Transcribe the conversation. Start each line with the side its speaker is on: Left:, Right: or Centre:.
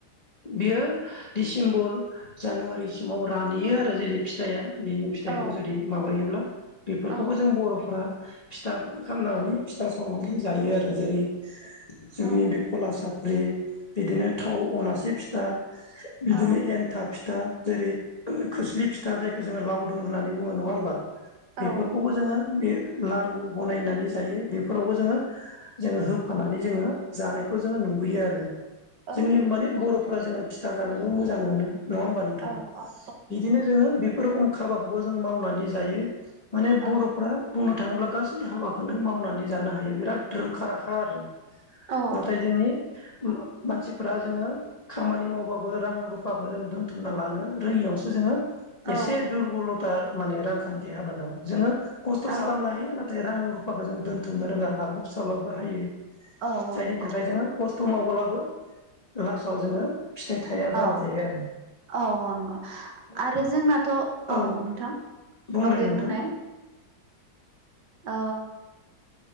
Left: बियो डिसेम्बर जानुवारिसिमाव रानहैयो आरो जेरै फिथाइआ बिनि फिथाइखौ
Right: औ
Left: जुदि माबायोब्ला बेफोरखौबो
Right: औ
Left: जों बर'फोरा फिथा खालामनानै फिथा सावनानै जायो आरो जेरै जोंनि
Right: औ
Left: बे कलासा बिदिनो थाव अनासे फिथा बिदिनो
Right: औ
Left: एन्थाब फिथा जेरै खोस्लि फिथा जायखौ जोङो लावदुम होन्नानै बुङो, नङा होमबा?
Right: औ
Left: बेफोरखौबो
Right: नंगौ
Left: जोङो बे लारु बनायनानै जायो बेफोरावबो जोङो जोङो होफानानै जोङो जानायखौ जोङो नु बैयो आरो
Right: औ
Left: जोंनि
Right: नंगौ
Left: माने
Right: नोंथां
Left: बर'फोरा जोङो फिथा जानोबो मोजां मोनो। नङा होमबा नोंथां?
Right: औ औ नंगौ
Left: बिदिनो जोङो बेफोर रोखोम खाबाखौबो जों मावनानै जायो। माने
Right: औ
Left: बर'फ्रा बुंनो थाङोब्ला गासै हाबाखौनो मावनानै जानो हायो बिराद रोंखा राखा आरो।
Right: औ
Left: नाथाय जोंनि मानसिफोरा जोङो खामानि मावबाबो रां रुफाखौ जों दोनथुमना लानो रोङियावसो जोङो
Right: औ
Left: एसे दुरबलथा माने रांखान्थि हालोदाव जोङो खस्थ'
Right: औ
Left: खालामनो हायो नाथाय रां रु फाखौ जों दोनथुमनो रोङा लालाब सालाब बाहायो फिसा लाबो हायो
Right: औ औ
Left: जायनि
Right: नंगौ
Left: थाखाय जोङो खस्थ' माव ब्लाबो लासआव जोङो फिथाइ थाया जाना
Right: औ
Left: थायो आरो
Right: औ नंगौ
Left: अब्ला
Right: आरो
Left: नोंथां
Right: जों- जोंनाथ' औ नोंथां
Left: बुंलाय
Right: औ दे
Left: नोंथां
Right: बुंनाय। अ